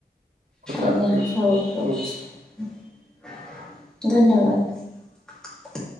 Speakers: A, on the right; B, in the centre.
A: କଥା
B: ଆଜ୍ଞା
A: ହେବା ଠିକ ଅଛି
B: ହଉ ହଉଛି
A: ରହୁଛି।
B: ଧନ୍ୟବାଦ